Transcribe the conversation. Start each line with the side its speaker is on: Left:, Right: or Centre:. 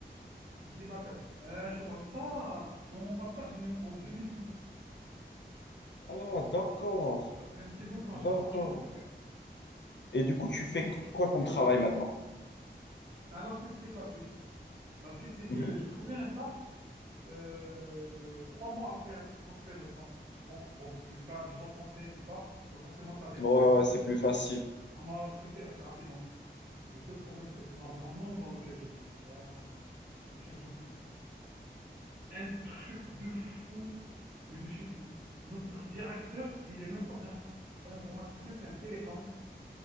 Right: J'étais célibataire. Euh, je te parle de ça, euh, moi, mon master, je l'ai eu en 2012.
Left: Ah, d'accord,
Right: Ça fait un petit bout de temps,
Left: d'accord.
Right: j'ai 38 ans, frère.
Left: Et du coup, tu fais qu- quoi comme travail maintenant?
Right: Alors, je t'explique la suite. La suite, c'est
Left: Mhm.
Right: que j'ai trouvé un taf euh, trois mois après être rentré de France. Bon, bon, vu que tu as un diplôme français et tout ça, donc forcément, tu as des
Left: Ouais,
Right: compétences.
Left: ouais, c'est plus facile.
Right: On m'a recruté assez rapidement. Le seul problème, c'est que l'environnement dans lequel j'étais, oh, un truc de fou. Un truc de fou, mais de chez fou. Notre directeur, il est même pas infor- informaticien, c'est un télécom.